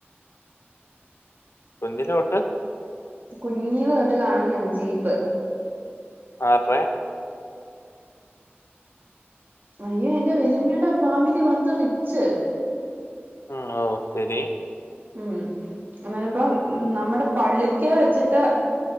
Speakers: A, on the left; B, on the right.
A: കുഞ്ഞിലൊട്ട്?
B: കുഞ്ഞീന് തൊട്ട് കാണന്നേന്ന് ജീപ്പ്.
A: ആത്രേ
B: അയ്യോ എൻറെ വെല്ലിമ്മയുടെ ഫാമിലി വന്ത് റിച്ച്.
A: ഉം ഓ ശരി
B: ഉം അന്നേരപ്പം നമ്മടെ പള്ളിക്കെ വെച്ചിട്ട്